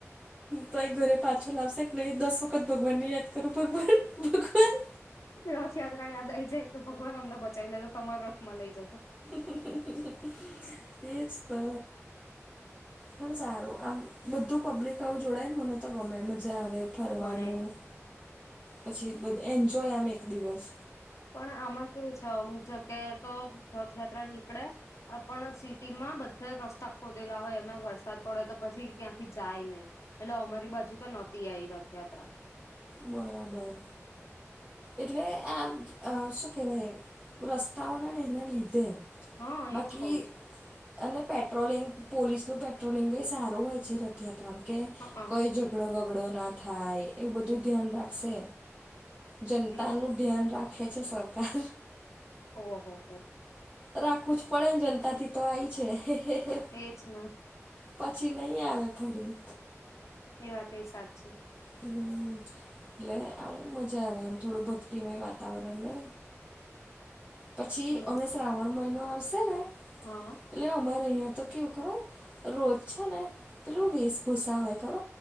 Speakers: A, on the right; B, on the left.
A: તોય ઘરે પાછો લાવશે કે નહી દસ વખત ભગવાન ને યાદ કરું ભગવાન ભગવાન
B: રથયાત્રા યાદ આઈ જાય કે ભગવાન અમને બચાવી લેજો તમારા રથમાં લઇ જજો
A: હમમ.. હમમ એ જ તો પણ સારું આમ બધું પબ્લિક આવું જોડાય ને મને તો ગમે મજા આવે ફરવાનું
B: મને
A: પછી બધ એન્જોય આમ એક દિવસ
B: પણ આમાં કેવું છે અમુક જગ્યાએ તો રથયાત્રા નીકળે આપણે સિટી માં બધા રસ્તા ખોદેલા હોય એ માયે વરસાદ પડે તો પછી ત્યાંથી જાય નહી એટલે અમારી બાજુ તો નહોતી આવી રથયાત્રા
A: બરાબર એટલે આમ શું કહેવાય રસ્તાઓને ને એને લીધે
B: હા
A: બાકી
B: એજ કઉ
A: અને પેટ્રોલિંગ પોલીસનું પેટ્રોલિંગયે સારું હોય છે રથ રથયાત્રામાં કે
B: છું હા
A: કોઈ ઝઘડો બગડો ના થાય એવું બધું ધ્યાન રાખશે જનતા
B: એ
A: નું ધ્યાન રાખે છે સરકાર
B: ઓહો હો
A: રાખું જ પડે ને જનતા થી તો આઈ છે હે.. હે.. હે..
B: એજ ને
A: પછી નહી આવે ફરી
B: એ વાત એ સાચી
A: હ એટલે આવું મજા આવે આમ થોડું ભક્તિમય વાતાવરણ રહે પછી
B: હમ
A: હવે શ્રાવણ મહિનો આવશે ને એટલે
B: હા
A: અમારે અહીંયા તો કેવું ખબર રોજ છે ને પેલું વીસ ભૂસા હોય ખબર